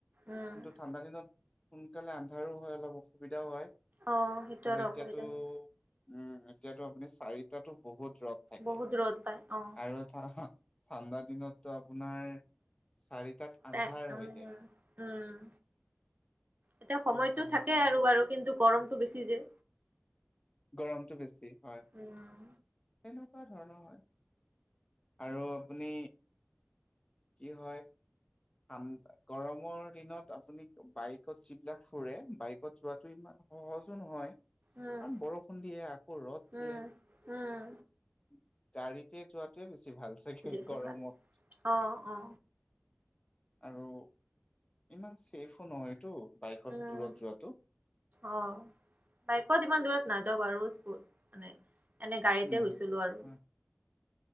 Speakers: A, on the right; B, on the left.
A: উম
B: কিন্তু ঠাণ্ডা দিনত সোনকালে আন্ধাৰো হয় অলপ অসুবিধাও হয়।
A: অ সেইটো
B: আৰু এতিয়াতো
A: অসুবিধা হয়
B: উম এতিয়াতো আপুনি চাৰিটাতো বহুত ৰ'দ। তাকে
A: বহুত ৰ'দ পায় অ
B: আৰু ঠা ঠা ঠাণ্ডা দিনতটো আপোনাৰ চাৰিটাত
A: তাই
B: আন্ধাৰ
A: উম
B: হৈ যায়।
A: উম এতিয়া সময়তটো
B: তেনেকুৱা ধৰণৰ
A: থাকে আৰু
B: হয়,
A: বাৰু কিন্তু গৰমতটো বেছি যে।
B: গৰমতটো বেছি হয় সনেকুৱা
A: উম
B: ধৰণৰ হয়। আৰু আপুনি কি হয়? ঠা গৰমৰ দিনত আপুনি বাইকত যিবিলাক ফুৰে বাইকত যোৱাটো ইমান সহজো নহয়। কাৰণ
A: উম
B: বৰষুণ দিয়ে আকৌ ৰ'দ দিয়ে।
A: উম উম
B: গাড়ীতে যোৱাত টোয়ে বেছি ভাল চাগে
A: বেছি
B: গৰমত।
A: ভাল অ অ
B: আৰু ইমান চছেফো নহয়টো বাইকত
A: উম
B: দূৰত যোৱাটো।
A: অ বাইকত ইমান দূৰত নাযাওঁ বাৰু স্কুল মানে এনে গাড়ীতে
B: উম,
A: গৈছিলো আৰু।
B: হয়,